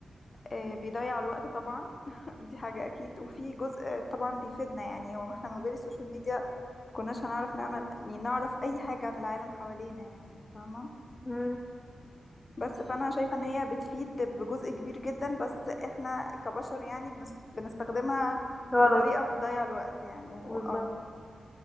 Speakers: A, on the left; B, on the left.
A: آه بيضيع الوقت طبعا <laughs> دي حاجة اكيد وفي جزء طبعا بيفيدنا يعني هو ما احنا من غير السوشيال ميديا كناش هنعرف نعمل يعني نعرف اي حاجة عن العالم حوالينا يعني فاهمة
B: مم،
A: بس فانا شايفة ان هي بتفيد بجزء كبير جدا بس احنا كبشر يعني بنس- بنستخدمها
B: غلط
A: بطريقة بتضيع الوقت يعني و-
B: بالظبط
A: اه